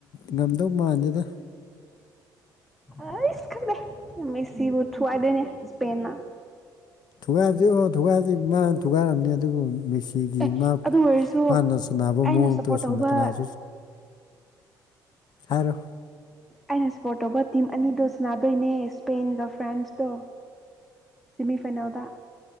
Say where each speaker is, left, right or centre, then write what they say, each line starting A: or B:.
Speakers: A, on the left (about 60°); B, in the centre.
A: ꯉꯝꯗꯧ ꯃꯥꯟꯗꯦꯗ
B: ꯑꯩ ꯏꯁ ꯈꯪꯗꯦ ꯃꯦꯁꯤꯕꯨ ꯊꯨꯋꯥꯥꯏꯗꯣꯏꯅꯦ ꯏꯁꯄꯦꯟꯅ
A: ꯊꯨꯒꯥ ꯑꯣ ꯊꯨꯒꯥꯁꯤ ꯃꯥ ꯊꯨꯒꯥꯔꯝꯅꯤ ꯑꯗꯨꯕꯨꯦꯁꯤ ꯑꯩꯒꯤ
B: ꯑꯦ
A: ꯃꯥ
B: ꯑꯗꯨ ꯑꯣꯏꯔꯁꯨ
A: ꯃꯥꯅ ꯁꯥꯟꯅꯕ
B: ꯑꯩꯅ
A: ꯃꯑꯣꯡꯗꯣ
B: ꯁꯞꯄꯣꯔꯠ
A: ꯑꯁꯣꯨꯝꯅ
B: ꯇꯧꯕ
A: ꯀꯅꯥꯁꯨ ꯍꯥꯏꯔꯣ
B: ꯑꯩꯅ ꯁꯄꯣꯔꯠ ꯇꯧꯕ ꯇꯤꯝ ꯑꯅꯤꯗꯣ ꯁꯥꯟꯅꯥꯗꯣꯏꯅꯦ ꯁ꯭ꯄꯦꯟꯒ ꯐ꯭ꯔꯥꯟꯁꯇꯣ ꯁꯤꯃꯤ ꯐꯥꯏꯅꯦꯜꯗ